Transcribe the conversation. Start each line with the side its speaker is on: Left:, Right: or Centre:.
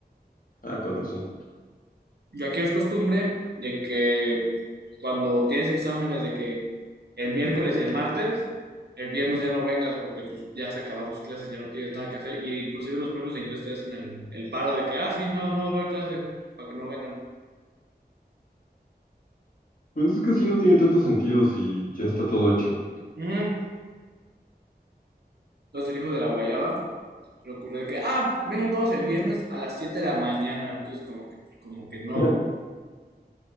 Left: Ah, con razón.
Right: Yo aquí es costumbre de que cuando tienes exámenes de que el miércoles y el martes, el viernes ya no vengas porque pues ya se acabaron tus clases, ya no tienes nada que hacer. Y inclusive los profes de inglés te hacen el, el paro de que, ah, sí, no, no va a haber clase, para que no vengan.
Left: Pues es que sí no tiene tanto sentido si ya está todo hecho.
Right: Ujú. los el hijo de la guayaba le ocurrió de que, ah, vengan todos el viernes a las 7 de la mañana. Entonces como que, como que no,
Left: <laughs>